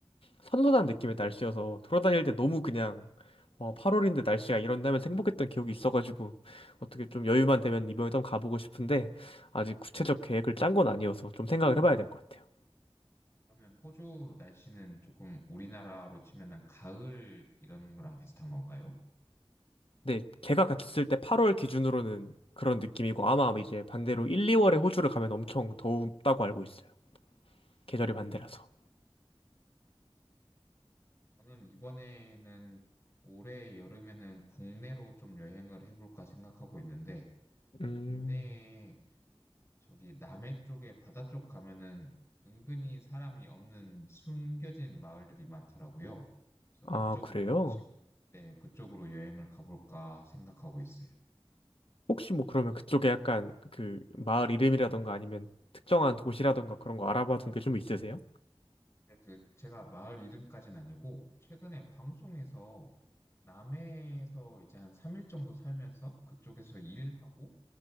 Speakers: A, on the left (about 70°); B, on the left (about 30°).
A: 선선한 느낌의 날씨여서 돌아다닐 때 너무 그냥 와, 8월인데 날씨가 이런다면 행복했던 기억이 있어가지고 어떻게 좀 여유만 되면 이번에 좀 가보고 싶은데 아직 구체적 계획을 짠 건 아니어서 좀 생각을 해봐야 될 것 같아요.
B: 그러면 호주 날씨는 조금 우리나라로 치면 은 가을 이런 거랑 비슷한 건가요?
A: 근데 제가 갔을 때 8월 기준으로는 그런 느낌이고
B: 네.
A: 아마 이제 반대로 1, 2월에 호주를 가면 엄청 더웠다고 알고 있어요. 계절이 반대라서.
B: 저는 이번에는 올해 여름에는 국내로 좀 여행을 해볼까 생각하고 있는데,
A: 음,
B: 국내에 저기 남해 쪽에 바다 쪽 가면은 은근히 사람이 없는 숨겨진 마을들이 많더라고요. 그래서
A: 아,
B: 그쪽으로
A: 그래요?
B: 지금, 네, 그쪽으로 여행을 가볼까 생각하고 있어요.
A: 혹시 뭐 그러면 그쪽에 약간 그 마을 이름이라던가 아니면 특정한 도시라던가 그런 거 알아봐둔 게 좀 있으세요?
B: 네, 그 제가 마을 이름까지는 아니고, 최근에 방송에서 남해에서 이제 한 3일 정도 살면서 그쪽에서 일하고,